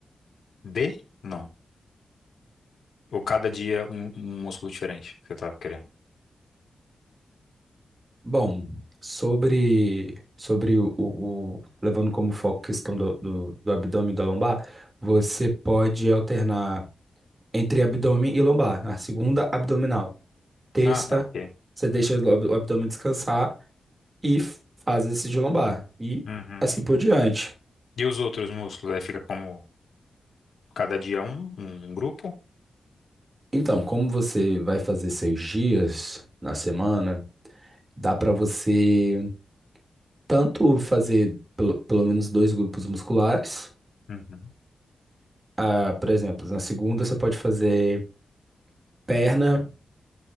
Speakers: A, on the left; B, on the right.
A: D? Não. Ou cada dia um, um músculo diferente que você tá querendo.
B: Bom, sobre, sobre o, o- o- levando como foco a questão do, do, do abdômen e da lombar, você pode alternar entre abdômen e lombar. A segunda, abdominal. Terça,
A: Ah, tá, ok.
B: você deixa o ab- o abdômen descansar. e f- faz esse de lombar e
A: Uhum.
B: assim por diante.
A: E os outros músculos? Aí fica como cada dia um, um um grupo?
B: Então, como você vai fazer seis dias na semana, dá para você tanto fazer pelo, pelo menos dois grupos musculares.
A: Uhum.
B: Ah, por exemplo, na segunda você pode fazer perna